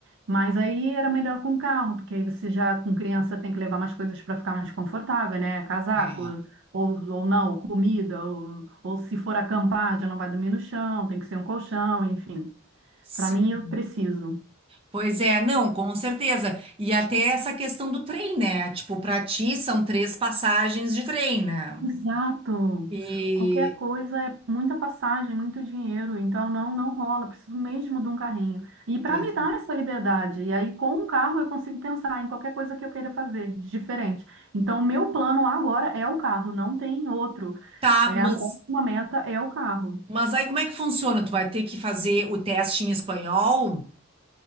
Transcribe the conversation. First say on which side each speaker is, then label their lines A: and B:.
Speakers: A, on the right; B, on the right.
A: Mas aí era melhor com carro, porque aí você já com criança tem que levar mais coisas para ficar mais confortável, né? Casaco,
B: É,
A: ou, ou não, comida, ou, ou se for acampar, já não vai dormir no chão, tem que ser um colchão, enfim.
B: sim.
A: Para mim, eu preciso.
B: Pois é, não, com certeza. E até essa questão do trem, né? Tipo, pra ti são três passagens de trem, né?
A: Exato.
B: E
A: Qualquer coisa é muita passagem, muito dinheiro, então não não rola, preciso mesmo de um carrinho. E para
B: Pois
A: me dar
B: é.
A: essa liberdade, e aí com um carro eu consigo pensar em qualquer coisa que eu queira fazer de diferente. Então o meu plano agora é o carro, não tem outro.
B: tá,
A: É,
B: mas
A: a próxima meta é o carro.
B: mas aí como é que funciona? Tu vai ter que fazer o teste em espanhol?